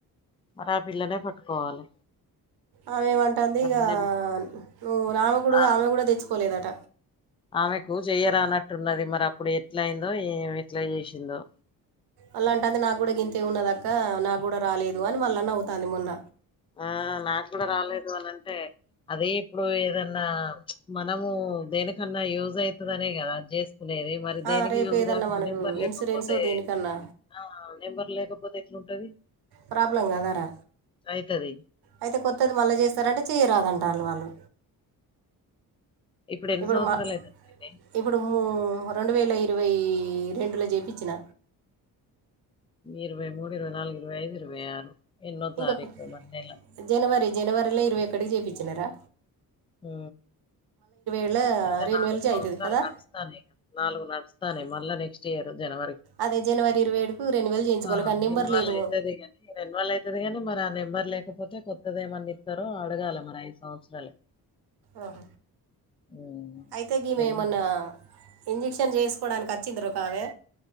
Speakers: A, on the left; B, on the right.
A: మరి ఆ పిల్లనే పట్టుకోవాలి
B: ఆమె ఏమంటంది
A: మరి
B: ఇగా
A: నెం
B: నువ్వు ఆమె కూడా
A: ఆ
B: ఆమె కూడా తెచ్చుకోలేదట
A: ఆమెకు జయరానట్టున్నది మరి అప్పుడు ఎట్లయిందో ఏ ఎట్లా చేసిందో
B: అళ్లాంటది నాకు కూడా గింతే ఉన్నదాక్క నాకు కూడా రాలేదు అని మళ్ళ నవ్వుతాంది మొన్న
A: ఆ నాకు కూడా రాలేదు అనంటే అదే ఇప్పుడు ఏదన్నా మనము దేనికన్నా యూజయితదనే కదా చే నేది మరి
B: "ఆ,
A: దేనికి
B: రేపు
A: యూజ్
B: ఏదన్నా
A: కాకుండా
B: మనకు
A: నెంబర్
B: ఇన్సూరెన్సో
A: లేకపోతే
B: దేనికన్నా
A: ఆ నెంబర్ లేకపో తే ఎట్లుంటది
B: ప్రాబ్లం కాదారా
A: అయితది
B: అయితే కొత్తది మళ్ళజేస్తరంటే చేయరాదన్ ట్టాలు వాలు
A: ఇప్పుడు ఎన్ని
B: ఇపుడు
A: సంవత్సరాలు
B: మ
A: అయితది పిన్ని
B: ఇప్పుడు మూ రెండవేళయి ఇరవేయ్ రెండుల జేపిచ్చిన
A: ఇరవై మూడు ఇరవై నాలుగు ఇరవై ఐదు ఇరవై ఆరు ఎన్నో
B: ఇంకొక
A: తారీఖు మన నెల
B: జనవరి జనవరిలో ఇరవై ఒక్కడికి జేపిచ్చినరా
A: ఊ
B: ఏళ్ళ
A: అయితే
B: రెండు
A: నాలుగు
B: వేలు
A: సంవత్సరాలు
B: అవుతుంది కదా
A: నడుస్తానై నాలుగు నడుస్తానై మళ్ళా నెక్స్ట్ ఇయర్ జనవరి
B: అదే జనవరి ఇరవై ఏడుకు రెన్యువల్ చేయించుకోవాలి
A: ఆ
B: కానీ నెంబర్
A: రెనువ్వాల్లయితది
B: లేదు
A: ని రెన్యూవలైతది గని మరి ఆ నెంబర్ లే కపోతే కొత్తది ఏమన్నిత్తరో అడగాల మరైదు సంవత్సరాల
B: ఆహ
A: హ్మ్.
B: అయితే గీమెమోన్నా
A: తెల్వది.
B: ఇంజక్షన్ చేసుకోవడానికి అచ్చిందిరొకామే